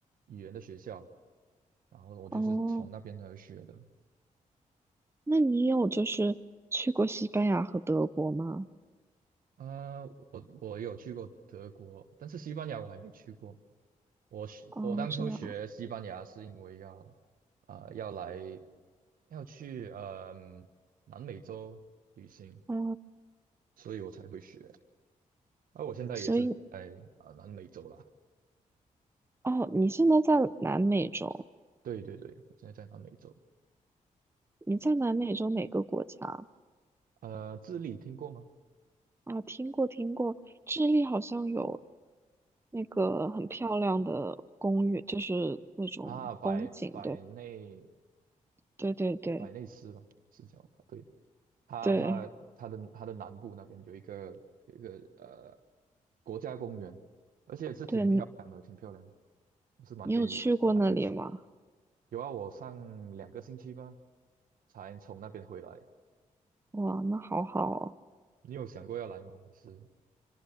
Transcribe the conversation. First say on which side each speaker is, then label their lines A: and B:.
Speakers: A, on the right (about 80°); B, on the right (about 15°).
A: 语言的学校，然后我就是从那边而学的。
B: 哦，那你有就是去过西班牙和德国吗？
A: 啊，我我有去过德国，但是西班牙我还没去过。我是我当初学西班牙是因为要啊、
B: 哦，这样，
A: 呃要来要去嗯、南美洲旅行，
B: 哦。
A: 所以我才会学。而我现在也是在啊、
B: 所以，
A: 南美洲啦。
B: 哦，你现在在南美洲？
A: 对对对，我现在在南美洲。
B: 你在南美洲哪个国家
A: 呃，智利听过吗？
B: 啊？听过听过，智利好像有那个很漂亮的公园，就是那种风景，
A: 啊，百百内
B: 对对对对
A: 百内斯吧，是叫吧？对，它它它的它的南部那边有一个有一个呃
B: 对
A: 国家公园，而且是挺漂亮的，
B: 对，你
A: 挺漂亮。我是蛮建议大家去。
B: 你有去过那里吗？
A: 有啊，我上两个星期吧，才从那边回来。
B: 哇，那好好哦。
A: 你有想过要来吗？还是